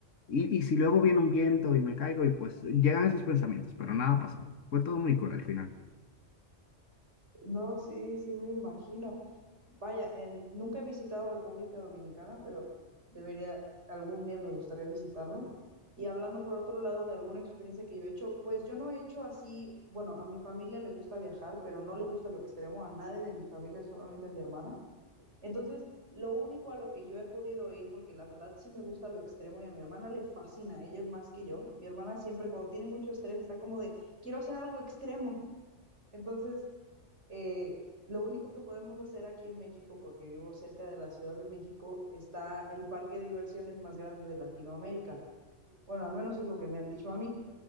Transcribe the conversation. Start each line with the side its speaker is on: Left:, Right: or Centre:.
Left: y, y si luego viene un viento y me caigo y pues llegan esos pensamientos, pero nada pasó. Fue todo muy cool al final.
Right: No, sí, sí, me imagino. Vaya, en, nunca he visitado República Dominicana, pero debería, algún día me gustaría visitarlo. Y hablando por otro lado de alguna experiencia que yo he hecho, pues yo no he hecho así, bueno, a mi familia le gusta viajar, pero no le gusta lo extremo a nadie de mi familia, solamente a mi hermana. Entonces, lo único a lo que yo he podido ir, porque la verdad sí me gusta lo extremo y a mi hermana le fascina, ella es más que yo. Mi hermana siempre cuando tiene mucho estrés está como de, quiero hacer algo extremo. Entonces... Eh, lo único que podemos hacer aquí en México, porque vivo cerca de la Ciudad de México, está el parque de diversiones más grande de Latinoamérica. Bueno, al menos es lo que me han dicho a mí.